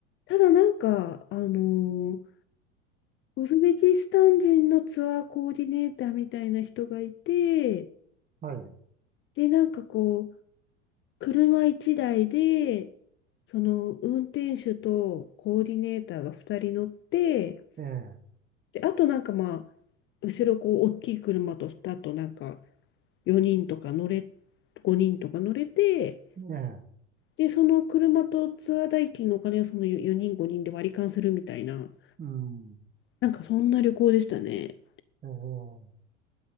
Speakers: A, on the left; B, on the right.
A: ただなんか、あのウズベキスタン人のツアーコーディネーターみたいな人がいて、
B: はい。
A: で、なんかこう、車1台で、その運転手とコーディネーターが2人乗って、
B: ええ。
A: で、あとなんかまあ、後ろこう、大きい車と、だとなんか4人とか乗れ、5人とか乗れて、
B: ええ。
A: で、その車とツアー代金のお金をその4人5人で割り勘するみたいな
B: うん。
A: なんかそんな旅行でしたね。
B: ええ